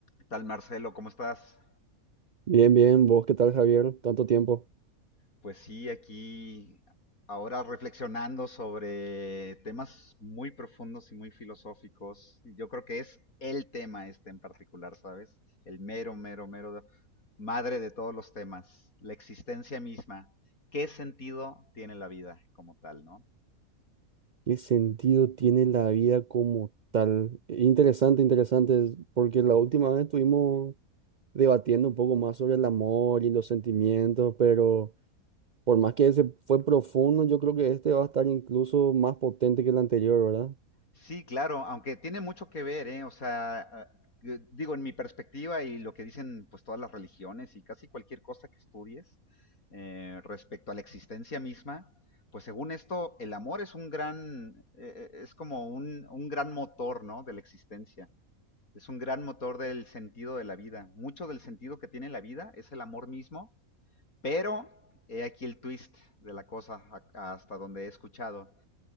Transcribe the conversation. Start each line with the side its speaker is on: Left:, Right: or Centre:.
Left: tal Marcelo? ¿Cómo estás?
Right: Bien, bien, vos, ¿qué tal, Javier? Tanto tiempo.
Left: Pues sí, aquí ahora reflexionando sobre temas muy profundos y muy filosóficos. Y Yo creo que es el tema este en particular, ¿sabes? El mero, mero, mero de- madre de todos los temas, la existencia misma. ¿Qué sentido tiene la vida como tal, no?
Right: ¿Qué sentido tiene la vida como tal? Interesante, interesante, porque la última vez estuvimos debatiendo un poco más sobre el amor y los sentimientos, pero por más que ese fue profundo, yo creo que este va a estar incluso más potente que el anterior, ¿verdad?
Left: Sí, claro, aunque tiene mucho que ver, ¿eh? O sea, ah, eh, digo, en mi perspectiva y lo que dicen pues todas las religiones y casi cualquier cosa que estudies eh, respecto a la existencia misma, pues según esto, el amor es un gran, eh, eh, es como un, un gran motor, ¿no? De la existencia. Es un gran motor del sentido de la vida. Mucho del sentido que tiene la vida es el amor mismo, pero he aquí el twist de la cosa a- hasta donde he escuchado.